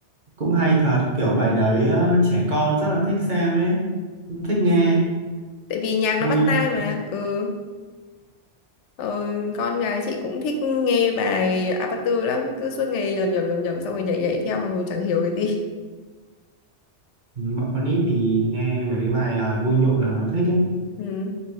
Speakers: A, on the right (about 45°); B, on the left (about 85°).
A: cũng hay thật kiểu bài đấy ờ, trẻ con rất là thích xem ấy cũng thích nghe
B: <laughs> tại vì nhạc nó
A: vui
B: bắt
A: nhộn
B: tai mà ừ Ờ, con gái chị cũng thích nghe bài Aperture lắm cứ suốt ngày lầm nhầm lầm nhầm xong rồi nhảy nhảy theo mặc dù chẳng hiểu cái gì
A: Ừ, bọn con nít thì nghe mấy cái bài ờ, vui nhộn là nó thích ấy
B: Ừ.